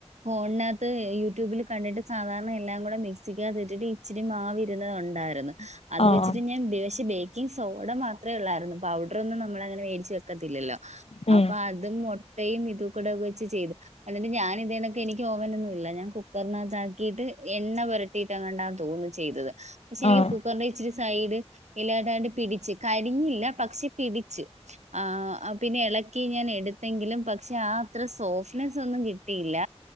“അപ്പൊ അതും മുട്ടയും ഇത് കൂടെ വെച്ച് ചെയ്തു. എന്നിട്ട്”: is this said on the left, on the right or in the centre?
Right